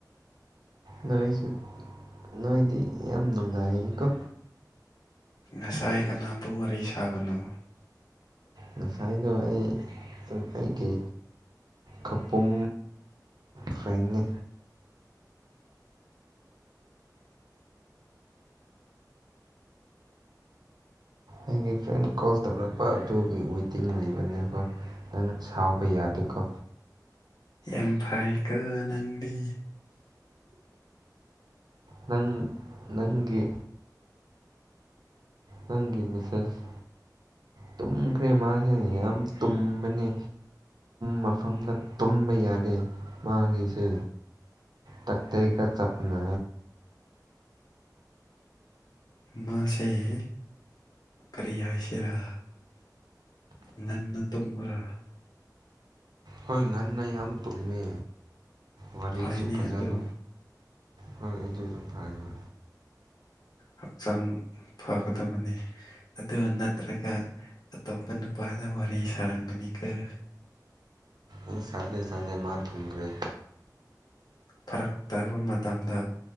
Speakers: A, on the right (about 70°); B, on the left (about 65°).
A: ꯅꯣꯏꯁꯨ ꯅꯣꯏꯗꯤ ꯌꯥꯝ ꯅꯨꯡꯉꯥꯏꯀꯣ
B: ꯉꯁꯥꯏ ꯀꯅꯥꯕꯨ ꯋꯥꯔꯤꯩ ꯁꯥꯕꯅꯣ
A: ꯉꯁꯥꯏꯗ ꯑꯩ ꯑꯩꯒꯤ ꯈꯄꯨꯝ ꯐ꯭ꯔꯥꯏꯅꯤ ꯑꯩꯒꯤ ꯐ꯭ꯔꯦꯟ ꯀꯣꯜ ꯇꯧꯔꯛꯄ ꯑꯗꯨꯒꯤ ꯋꯦꯇꯤꯡ ꯂꯩꯕꯅꯦꯀꯣ ꯅꯪ ꯁꯥꯎꯕ ꯌꯥꯗꯦꯀꯣ
B: ꯑꯝꯐꯥꯏꯒ ꯅꯪꯗꯤ
A: ꯅꯪ ꯅꯪꯒꯤ ꯅꯪꯒꯤ ꯃꯤꯁꯦꯁ ꯇꯨꯝꯈ꯭ꯔꯦ ꯃꯥꯁꯦ ꯌꯥꯝ ꯇꯨꯝꯕꯅꯤ ꯃꯐꯝꯗ ꯇꯨꯝꯕ ꯌꯥꯗꯦ ꯃꯥꯒꯤꯁꯦ ꯇꯀ ꯇꯩꯒ ꯆꯞꯅ
B: ꯃꯥꯁꯍ ꯀꯔꯤ ꯍꯥꯏꯁꯤꯔꯥ ꯉꯟꯅ ꯇꯨꯝꯕ꯭ꯔꯥ
A: ꯍꯣꯏ ꯉꯟꯅ ꯌꯥꯝ ꯇꯨꯝꯃꯤ ꯋꯥꯔꯤꯁꯨ
B: ꯐꯩꯅꯦ
A: ꯐꯖꯅ
B: ꯑꯗꯣ
A: ꯍꯣꯏ ꯑꯗꯨꯁꯨ ꯐꯥꯏ ꯐ
B: ꯍꯛꯆꯥꯡ ꯐꯒꯗꯕꯅꯤ ꯑꯗꯨ ꯅꯠꯇ꯭ꯔꯒ ꯑꯇꯣꯞꯄ ꯅꯨꯄꯥꯗ ꯋꯥꯔꯤ ꯁꯥꯔꯝꯒꯅꯤ ꯈꯔ
A: ꯎ ꯆꯗꯦ ꯆꯗꯦ ꯃꯥ ꯇꯈ꯭ꯔꯦ
B: ꯐꯔꯛꯇꯕ ꯃꯇꯝꯗ